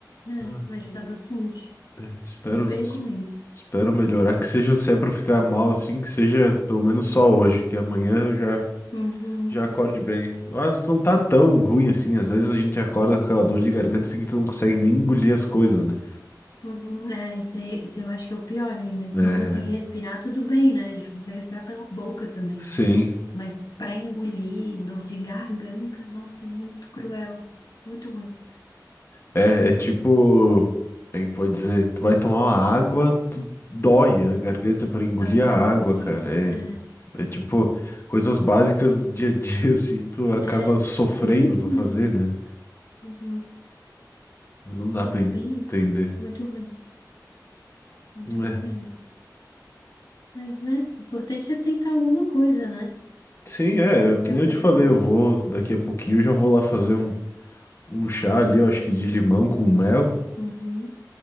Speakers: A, on the left; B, on the left.
A: É,
B: Ah,
A: vai ajudar bastante.
B: é, espero,
A: Super
B: es-
A: recomendo.
B: espero melhorar. Que seja, se é pra ficar mal assim, que seja pelo menos só hoje, que amanhã eu já,
A: Uhum,
B: já acorde bem. Mas não tá tão ruim assim. Às vezes a gente acorda com aquela dor de garganta assim que tu não consegue nem engolir as coisas, né?
A: uhum. É, isso, aí- isso eu acho que é o pior ainda. Se
B: É,
A: não conseguir respirar, tudo bem, né? A gente consegue respirar pela boca também.
B: sim.
A: Mas pra engolir, dor de garganta, nossa, é muito cruel. Muito ruim.
B: É, é tipo, aí pode dizer, tu vai tomar uma água, tu dói a garganta pra engolir
A: Dói
B: a
A: pra
B: água,
A: engolir.
B: cara. É,
A: É,
B: é tipo coisas básicas do dia a dia, <laughs> assim, tu acaba
A: é
B: sofrendo
A: bem isso
B: pra fazer,
A: mesmo.
B: né?
A: Uhum.
B: Mas Não dá
A: Nossa,
B: pra entender.
A: é bem isso. Muito ruim. Muito
B: Não é.
A: ruim mesmo. Mas, né? O importante é tentar alguma coisa, né?
B: Sim, é, eu-
A: Tentar
B: que nem
A: fazer
B: eu te falei,
A: alguma
B: eu vou,
A: coisa.
B: daqui a pouquinho eu já vou lá fazer um, um chá ali, eu acho que de limão com mel.
A: Uhum.